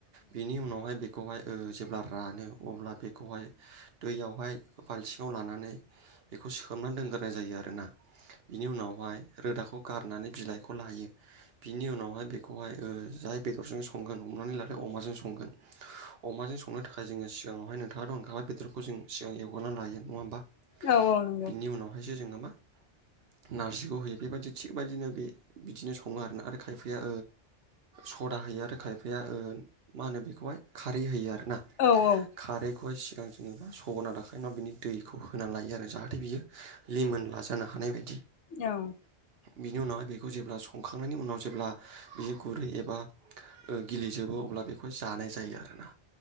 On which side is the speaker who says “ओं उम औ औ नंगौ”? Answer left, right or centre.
Left